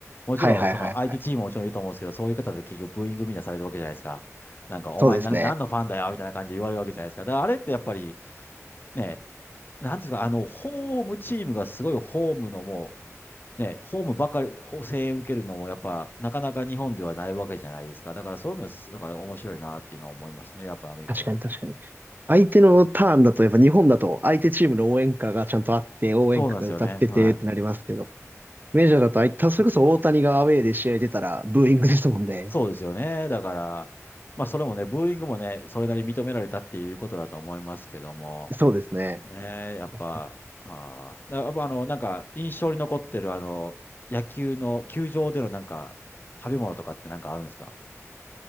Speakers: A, on the left (about 40°); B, on the right (about 35°).
A: もちろん、
B: はいはいはいはい。
A: その相手チームももちろんいると思うんですけど、そういう方で結局ブーイングみんなされるわけじゃないですか。なんか、お前な、
B: そうですね。
A: 何のファンだよみたいな感じで言われるわけじゃないですか。だからあれってやっぱりね、なんていうんですか、あの、ホームチームがすごいホームのもう、ね、ホームばかりを声援受けるのも、やっぱ、なかなか日本ではないわけじゃないですか。だから、そういう意味ですだから面白いなっていうのは思いましたね。やっぱアメリカの野球って。
B: 確かに確かに。相手のターンだと、やっぱ日本だと相手チームの応援歌がちゃんとあって、応援歌が歌っててってなりますけど、
A: そうなんですよね。はい。
B: メジャーだと、あいたそれこそ大谷がアウェーで試合出たらブーイングですもんね。
A: そうですよね。だから、まあ、それもね、ブーイングもね、それなりに認められたっていうことだと思いますけども、
B: そうですね。
A: ねえ、やっぱ、
B: 確かに
A: あーだやっぱあの、なんか、印象に残ってる、あの、野球の、球場でのなんか、食べ物とかってなんかあるんですか